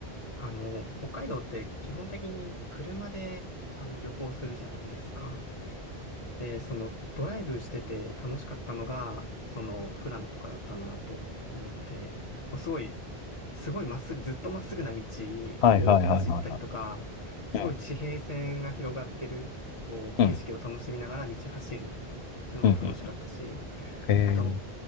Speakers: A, on the left; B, on the left.
A: あの、北海道って基本的に車であの旅行するじゃないですか。で、そのドライブしてて楽しかったのが、その富良野とかだったなと思って、こうすごい、すごいまっすぐ、ずっとまっすぐな道
B: はいはいはいは
A: を走ったりとか、すごい地平線が広がってる、
B: いはい。
A: こう景色を楽しみながら道走るっ
B: うん。うんええーはいはいはいはいはいうんうんうんうんうん。
A: ていうのが楽しかったし、
B: ええー。
A: あと、